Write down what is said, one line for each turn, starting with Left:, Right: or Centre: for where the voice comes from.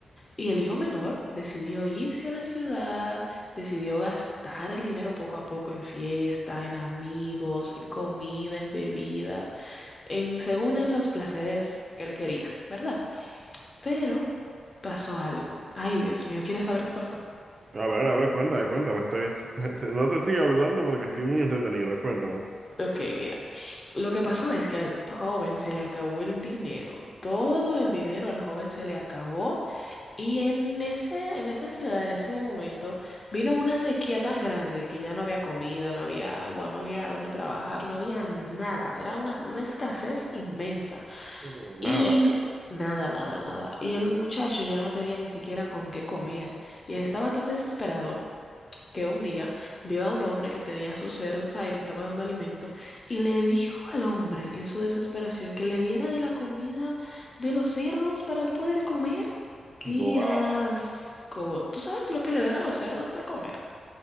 Left: Y el hijo menor decidió irse a la ciudad, decidió gastar el dinero poco a poco en fiesta, en amigos, en comida, en bebida, en según él los placeres que él quería, ¿verdad? Pero pasó algo. Ay, Dios mío, ¿quieres saber qué pasó?
Right: A ver, a ver, cuéntame, cuéntame. Estoy, <laughs> no te estoy hablando porque estoy muy entretenido. Cuéntame.
Left: Ok, mira, lo que pasó es que al joven se le acabó el dinero, todo el dinero al joven se le acabó y en ese, en esa ciudad, en ese momento, vino una sequía tan grande que ya no había comida, no había agua, no había dónde trabajar, no había nada, era una, una escasez inmensa
Right: Pero
Left: y
Right: Nada, ve.
Left: nada, nada, nada. Y el muchacho ya no tenía ni siquiera con qué comer y él estaba tan desesperado que un día vio a un hombre que tenía sus cerdos ahí, le estaba dando alimento, y le dijo al hombre en su desesperación que le diera de la comida de los cerdos para él poder comer. ¡Qué
Right: Wow.
Left: asco! ¿Tú sabes lo que le dan a los cerdos de comer?